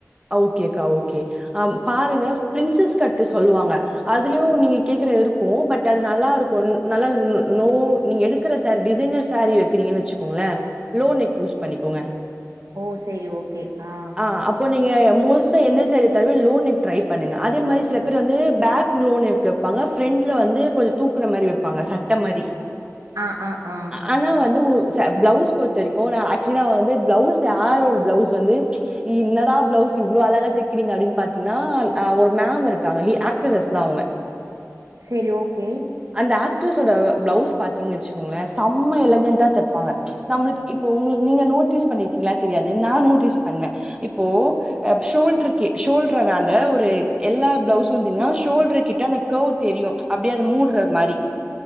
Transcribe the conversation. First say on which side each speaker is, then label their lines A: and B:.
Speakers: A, on the right (about 20°); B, on the right (about 85°).
A: அ ஓகேக்கா ஓகே அ பா ருங்க ப்ரின்சஸ் கட்டு சொல்லுவாங்க அதுலியு நீங்க கேக்குற இருக்கு பட் அது நல்லாருக்கு ந நல்லா ல் லோ நீங்க எடுக்கிற சேரி டிசைனர் சேரி எட்க்குரீங்கன் வெச்சுக்கோங்களே லோ நெக்கு யூஸ் பண்ணிக்கோங்க
B: ஓ செரி ஓகே ஆ
A: ஆ அப்போ நீங்க மோஸ்ட்டா எந்த சாரி எடுத்தாலுமே லோ நெக் ட்ரை பண்ணுங்க அதே மாரி சில பேரு வந்து பேக் லோ நெக் கேப்பாங்க ஃப்ரெண்ட்ல வந்து கொஞ் தூக்குன மாரி வெப்பாங்க சட்ட மாரி
B: ஆ ஆ ஆ
A: ஆனா வந்து ஒ ச ப்ளவுஸ் பொற்த்த வரிக்கு நா ஆக்சிலா வந்து ப்ளவுஸு <unintelligible> ஒரு ப்ளவுஸ் வந்து இன்னாடா ப்ளவுஸ் இவ்ளோ அழகா தெக்கிறீங்க அப்டின் பாத்தீங்ன்னா அ ஒரு மேமு இருக்காங்க இ ஆக்டரஸ் தா அவுங்க
B: செரி ஓகே
A: இந்த ஆக்ட்ரஸ்ஸோட பிளவுஸ் பாத்தீங்கன் வெச்சிக்கோங்களே சம்ம எலகென்டா தெப்பாங்க நம்ளுக் இப்ப உங்ளுக் நீங்க நோட்டீஸ் பண்ணிருக்கீங்ளா தெரியாது நா நோட்டீஸ் பண்ண இப்போ அ ஷோல்ட்ருக்கி ஷோல்ட்ர ராண்ட ஒரு எல்லா பிளவுஸு‌ வெந்தீங்ன்னா ஷோல்ட்ரு கிட்ட அந்த கேவ் தெரியு அப்டியே அது மூட்ற மாரி